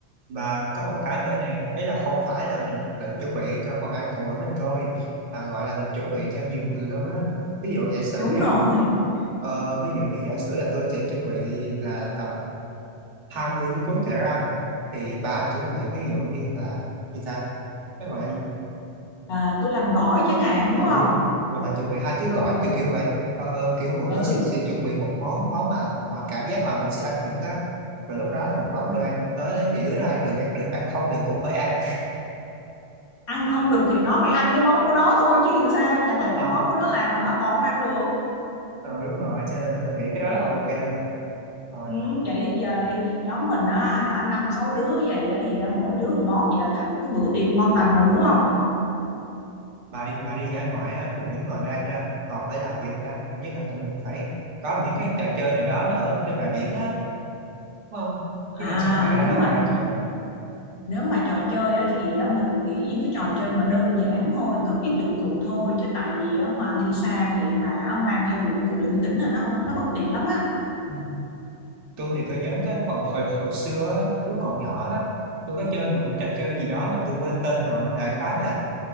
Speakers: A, on the right (about 85°); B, on the left (about 60°).
A: Và có một cái nữa nè, ấy là không phải là mình tự chuẩn bị cho phần ăn của mỗi mình thôi, mà gọi là mình chuẩn bị cho nhiều người luôn á. Ví dụ giả sử
B: đúng
A: nha,
B: rồi
A: ờ, ví dụ như giả sử là tôi sẽ chuẩn bị là tầm 20 miếng cuốn chả ram, thì bà chuẩn bị ví dụ như là gì ta, cái gọi
B: à, tôi làm gỏi chẳng hạn
A: ừ,
B: đúng không
A: rồi bà chuẩn bị hai ký gỏi
B: rồi
A: kiểu kiểu vậy. Ờ, kiểu mỗi người
B: ừ
A: sẽ, sẽ chuẩn bị một món món mà họ cảm giác là mình sẽ ăn được á. Rồi lúc đó là một đống đồ ăn tới đấy thì đứa nào ăn được ăn được, ăn không được cũng phải ăn.
B: ăn không được thì nó phải ăn cái món của nó thôi chứ làm sao chẳng
A: <laughs>
B: lẽ
A: Không.
B: cái món của nó làm mà nó còn không ăn được
A: ừ đúng rồi cho nên là tôi nghĩ cái đó
B: đó
A: rất là ok luôn rồi
B: ừ, vậy thì giờ đi nhóm mình á hả năm sáu đứa vậy á, thì mỗi đứa một món vậy là thành một cái bữa tiệc ngon lành rồi đúng không
A: bà đi bà đi dã ngoại á tôi nghĩ ngoài đồ ăn ra còn phải làm gì không ta kiểu như là tụi mình phải có những cái trò chơi nào đó nó ở trên bãi biển á đúng không
B: à
A: chứ làm sao mà ra
B: nếu
A: đó
B: mà
A: ngồi ăn không được
B: nếu mà trò chơi á, thì á, mình nghĩ những cái trò chơi mà đơn giản thôi cần ít dụng cụ thôi chứ tại vì á, mà đi sang vậy mà á, mang theo dụng cụ lỉnh kỉnh là nó không nó bất tiện lắm á
A: Ừ. tôi thì tôi nhớ tới hồi hồi hồi xưa á, lúc còn nhỏ á tôi có chơi một cái trò chơi gì đó mà tôi quên tên rồi đại khái là